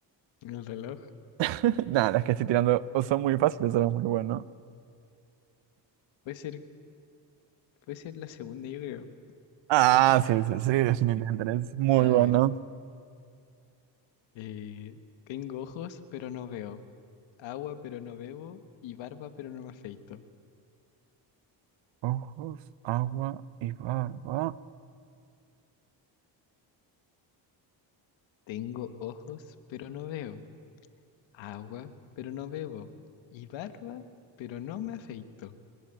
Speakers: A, on the left; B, on the right.
A: El reloj.
B: <laughs> Nada, es que estoy tirando. o Son muy fáciles, son muy bueno.
A: Puede ser, puede ser la segunda, yo creo.
B: Ah, sí, sí, sí, definitivamente es muy
A: A
B: bueno.
A: ver. eh, tengo ojos, pero no veo. Agua, pero no bebo. Y barba, pero no me afeito.
B: Ojos, agua y barba.
A: Tengo ojos, pero no veo. Agua, pero no bebo. Y barba, pero no me afeito.